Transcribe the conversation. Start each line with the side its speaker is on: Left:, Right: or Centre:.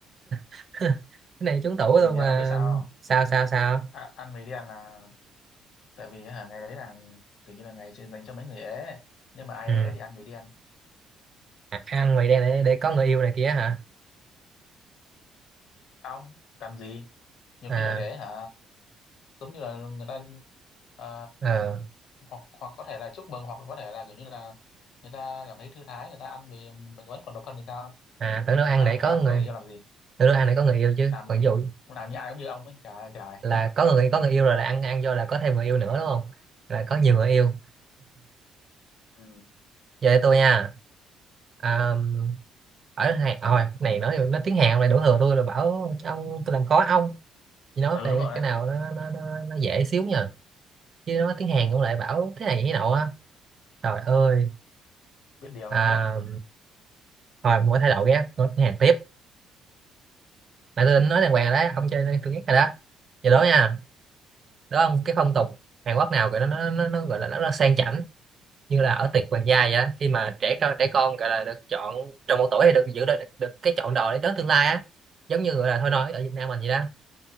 Right: <laughs> cái này trúng tủ
Left: tại
Right: luôn
Left: vì
Right: mà
Left: à, ông biết sao không?
Right: sao sao sao
Left: À, ăn mì đen là tại vì hả, ngày đấy là kiểu như là ngày chuyên dành cho mấy người ế nhưng mà ai
Right: ừ.
Left: ế thì ăn mì đen
Right: à, ăn mì đen để để có người yêu này kia hả
Left: ông cần gì nhiều
Right: à
Left: khi là để hả giống như là người ta Ờ,
Right: ờ
Left: hoặc hoặc có thể là chúc mừng hoặc có thể là kiểu như là người ta cảm thấy thư thái người ta ăn vì mình vẫn còn độc thân thì sao
Right: à tưởng đâu ăn
Left: sao
Right: để có
Left: sao phải
Right: người
Left: có người yêu làm gì
Right: tưởng đâu ăn để có người yêu chứ
Left: làm
Right: còn ví dụ
Left: làm như ai cũng như ông ấy trời ơi trời
Right: là có người có người yêu rồi là ăn ăn vô là có thêm người yêu nữa đúng không là có nhiều người yêu
Left: ừ.
Right: giờ để tôi nha à, ở Hàn à, hồi này nói nói tiếng Hàn này đổ thừa tôi là bảo ông tôi làm khó ông chỉ nói
Left: ừ
Right: về
Left: đúng rồi
Right: cái
Left: đấy
Right: nào nó, nó, nó, nó dễ xíu nha chứ nói tiếng Hàn ông lại bảo thế này thế nọ á trời ơi
Left: biết điều
Right: à,
Left: là tốt
Right: hồi mỗi thay đổi ghét nói tiếng Hàn tiếp mà tôi định nói đàng hoàng rồi đó ông chơi đây tôi ghét rồi đó giờ đó nha đó ông cái phong tục
Left: ừ.
Right: Hàn Quốc nào gọi nó nó, nó, nó gọi là nó, nó sang chảnh như là ở tiệc hoàng gia vậy á, khi mà trẻ con trẻ con gọi là được chọn trong một tuổi thì được giữ được, được, được cái chọn đời đến tương lai á giống như gọi là thôi nói ở Việt Nam mình vậy đó